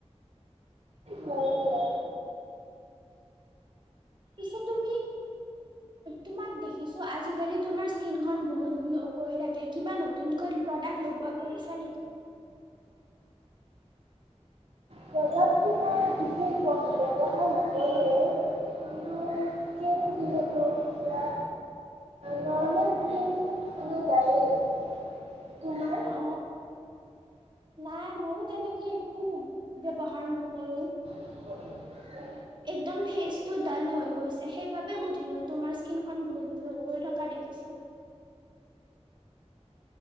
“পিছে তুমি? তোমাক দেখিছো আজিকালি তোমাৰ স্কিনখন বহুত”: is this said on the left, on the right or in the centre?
Right